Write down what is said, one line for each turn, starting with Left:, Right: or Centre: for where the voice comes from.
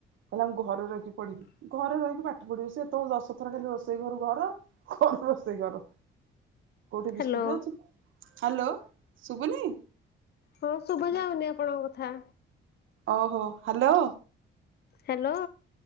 Right: କହିଲା ମୁଁ ଘରେ ରହିକି ପଢିବି। ଘରେ ରହିକି ପାଠ ପଢିବେ ସିଏ ସେତେବେଳୁ ଦଶଥର ଖାଲି ରୋଷେଇ ଘରୁ ଘର, ଘରୁ ରୋଷେଇ ଘର। କୋଉଠି
Left: ହ୍ୟାଲୋ
Right: ବିସ୍କୁଟ ଅଛି, ହାଲୋ ଶୁବୁନି?
Left: ହଁ ଶୁଭା ଯାଉନି ଆପଣଙ୍କ କଥା।
Right: ଓହୋ ହାଲୋ।
Left: ହ୍ୟାଲୋ।